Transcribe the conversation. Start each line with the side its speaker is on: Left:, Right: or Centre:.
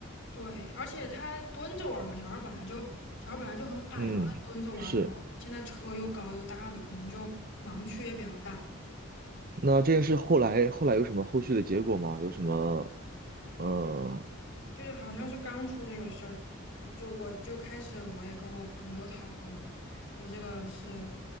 Left: 对，而且他蹲着玩儿嘛，小孩儿本来就小孩儿本来就很矮啊，
Right: 嗯，
Left: 然后他蹲着玩儿，
Right: 是。
Left: 然后现在车又高又大的，可能就盲区也比较大。
Right: 那这件事后来后来有什么后续的结果吗？有什么？呃
Left: 就是好像是刚出这个事儿，嗯，就我就开始我也跟我朋友讨论嘛，说这个是